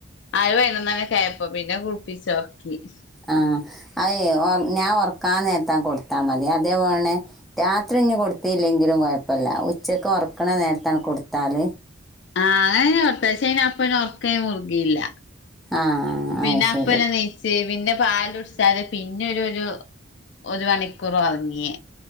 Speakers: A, on the left; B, in the centre.
A: ആ വൈകുന്നേരം ഒക്കെ ആയപ്പോ പിന്നെ കുളപ്പി <unintelligible>
B: ആ അത ഞാൻ ഉറക്കാൻ നേരത്ത് കൊടുത്താ മതി അതേപോലെ തന്നെ രാത്രി കുഞ്ഞിന് കൊടുത്തില്ലെങ്കിലും കുഴപ്പമില്ല ഉച്ചയ്ക്ക് ഉറക്കണ നേരത്താണ് കൊടുത്താൽ
A: ആ അങ്ങനെ <unintelligible> അപ്പ ഉർക്ക മുറുകയില്ല
B: ആഹ്
A: പിന്നെ
B: അത് ശരി
A: അപ്പനെ നെയിച്ച് പിന്നെ പാൽ കുടിച്ചാൽ പിന്നെ ഒരു ഒരു ഒരു മണിക്കൂർ ഉറങ്ങി